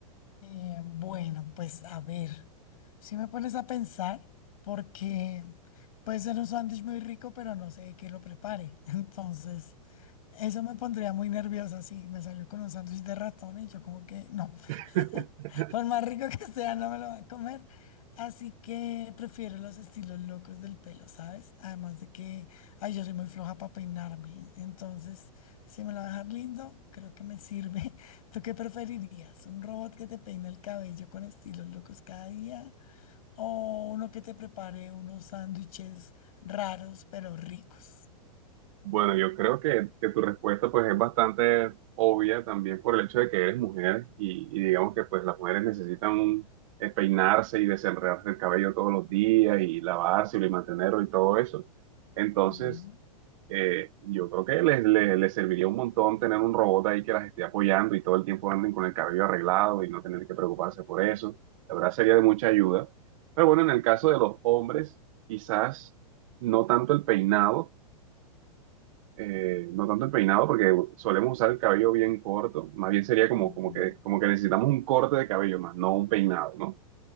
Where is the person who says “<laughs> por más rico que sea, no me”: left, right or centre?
Left